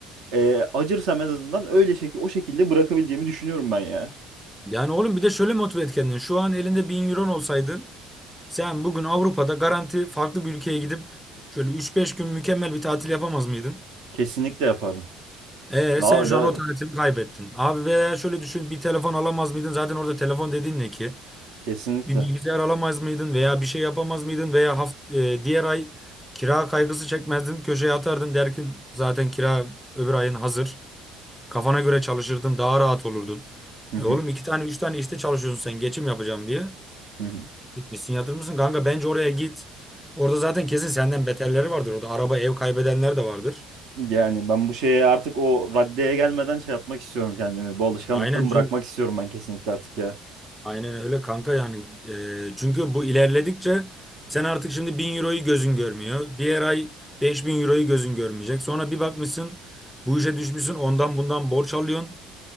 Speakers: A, on the right; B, in the centre.
A: e, acırsam en azından öyle şekil o şekilde bırakabileceğimi düşünüyorum ben ya.
B: Yani oğlum bir de şöyle motive et kendini. Şu an elinde 1000 euron olsaydı sen bugün Avrupa'da garanti farklı bir ülkeye gidip şöyle üç beş gün mükemmel bir tatil yapamaz mıydın?
A: Kesinlikle yaparım.
B: E
A: Daha
B: sen şu
A: da
B: an o tatili kaybettin. Abi veya şöyle düşün bir telefon alamaz mıydın? Zaten orada telefon dediğin ne ki?
A: kesinlikle.
B: bir bilgisayar alamaz mıydın veya bir şey yapamaz mıydın veya haft e, diğer ay kira kaygısı çekmezdin köşeye atardın derkin zaten kira öbür ayın hazır kafana göre çalışırdın daha rahat olurdun.
A: Hı hı,
B: E oğlum iki tane üç tane işte çalışıyorsun sen geçim yapacağım diye
A: hı hı.
B: gitmişsin yatırmışsın kanka bence oraya git orada zaten kesin senden beterleri vardır orada araba ev kaybedenler de vardır.
A: Yani ben bu şeye artık o raddeye gelmeden şey yapmak istiyorum kendimi. Bu alışkanlıktan
B: Aynen çünkü
A: bırakmak istiyorum ben kesinlikle artık ya.
B: Aynen öyle kanka yani Eee, çünkü bu ilerledikçe sen artık şimdi 1000 euroyu gözün görmüyor. Diğer ay 5000 euroyu gözün görmeyecek. Sonra bir bakmışsın bu işe düşmüşsün ondan bundan borç alıyorsun.